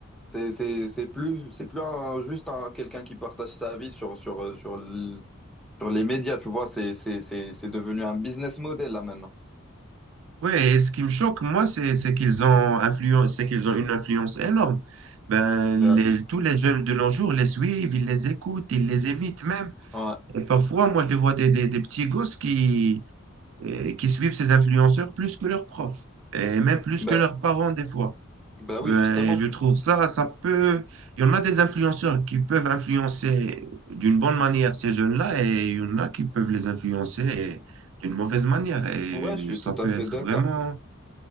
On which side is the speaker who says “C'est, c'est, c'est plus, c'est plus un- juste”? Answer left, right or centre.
Centre